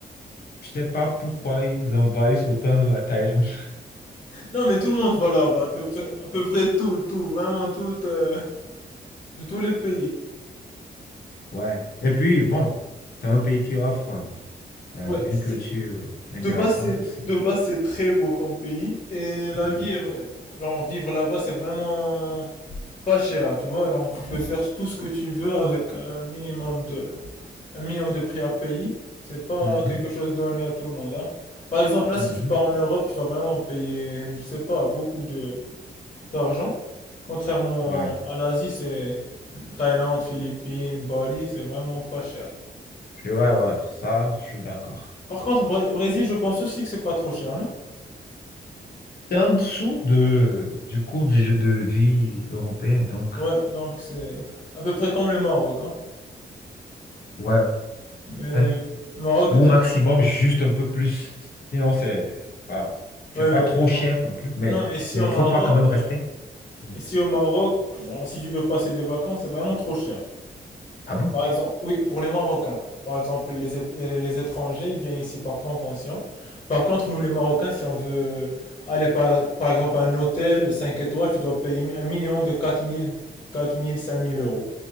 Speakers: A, on the left (about 60°); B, on the left (about 30°).
A: je sais pas pourquoi ils envahissent autant la Thaïlande. <laughs>
B: Non, mais tout le monde va là-bas, à peu près, à peu près tout, tout, vraiment tout, euh, de tous les pays.
A: Ouais. Et puis, bon, c'est un pays qui offre euh,
B: Ouais,
A: une
B: c'est-
A: culture intéressante
B: de base, c'est,
A: aussi.
B: de base, c'est très beau comme pays et la
A: Oui.
B: vie est, vra- genre, vivre là-bas, c'est vraiment pas cher, tu vois. Alors, tu peux faire tout ce que tu veux avec un minimum de, un minimum de prix à payer. C'est pas
A: Mhm,
B: quelque chose donné à tout le monde, hein. Par exemple, là,
A: mhm.
B: si tu pars en Europe, tu vas vraiment payer, je sais pas, beaucoup de, d'argent. Contrairement
A: Ouais.
B: à l'Asie, c'est Thaïlande, Philippines, Bali, c'est vraiment pas cher.
A: Je- Ouais, ouais, ça, je suis d'accord.
B: Par contre, Bré- Brésil, je pense aussi que c'est pas trop cher, non?
A: C'est en dessous de, du coût de, de vie européen, donc,
B: Ouais, donc c'est à peu près comme le Maroc, hein.
A: ouais,
B: Mais
A: ouais.
B: Maroc
A: Ou
B: de,
A: au maximum, juste un peu plus. Sinon, c'est voilà. C'est
B: ouais,
A: pas
B: mais
A: trop cher non plus, mais,
B: non, mais ici
A: mais
B: au
A: il
B: Maroc,
A: faut pas quand même
B: euh,
A: rester. Hmm.
B: Ici au Maroc, genre, si tu veux passer des vacances, c'est vraiment trop cher.
A: Ah bon?
B: Par exemple, oui, pour les Marocains. Par exemple, les, ét- les- les étrangers, ils viennent ici par convention. Par contre, nous les Marocains, si on veut aller par, par exemple à un hôtel 5 étoiles, tu dois payer un minimum de quatre quatre mille quatre mille cinq mille euros.